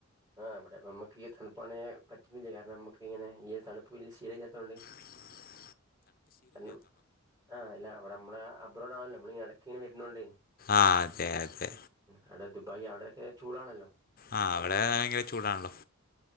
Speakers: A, on the right (about 20°); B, on the left (about 45°).
A: ആ് ഇവിടെ നമുക്ക്ഈ തണുപ്പ്ാണെ പറ്റുന്നില്ല കാരണം നമുക്ക് ഇങ്ങനെ ഈ തണുപ്പ് ശീലംില്ലാത്തൊണ്ട്
B: ഉ
A: കാരണം ആ് അല്ല അവിടെ നമ്മള അബ്്രോഡ് ആണല്ലോ നമ്മൾ ഇ ഇടക്ക ഇങ്ങനെ വരുന്നണ്ട്
B: ആഹ അതെ അതെ
A: അവിടെ ദുബായി് അവിടെയൊക്കെ ചൂടാണല്ലോ
B: ആഹ് അവിടെ ഭയങ്കര ചൂടാണല്ലോ